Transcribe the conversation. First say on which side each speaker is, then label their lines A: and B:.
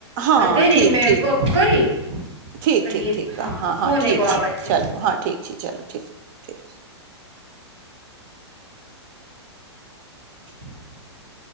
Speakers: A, on the right; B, on the right.
A: हँ
B: देरीमे
A: ठीक ठीक
B: गप करी
A: ठीक
B: तनि
A: ठीक ठीक हँ हँ हँ
B: फोन
A: ठीक
B: एगो
A: छी
B: आबऽ छै
A: चलू हँ ठीक छी चलू ठीक ठीक
B: <inaudible>